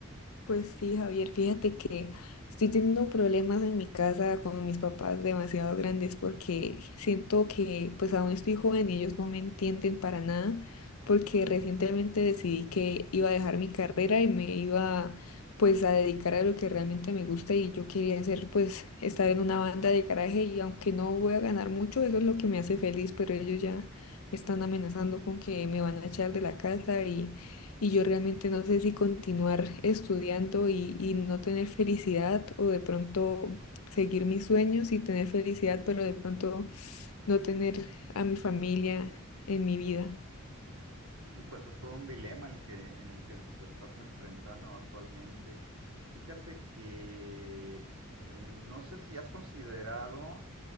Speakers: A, on the left; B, on the right.
A: Pues sí, Javier, fíjate que estoy teniendo problemas en mi casa con mis papás demasiado grandes porque siento que pues aún estoy joven y ellos no me entienden para nada porque recientemente decidí que iba a dejar mi carrera y me iba pues a dedicar a lo que realmente me gusta y yo quería hacer pues estar en una banda de garaje y aunque no voy a ganar mucho, eso es lo que me hace feliz, pero ellos ya me están amenazando con que me van a echar de la casa y y yo realmente no sé si continuar estudiando y, y no tener felicidad o de pronto seguir mis sueños y tener felicidad, pero de pronto no tener a mi familia en mi vida.
B: Y pues es todo un dilema el que, en el que te estás enfrentando actualmente. Fíjate que eh, no sé si has considerado,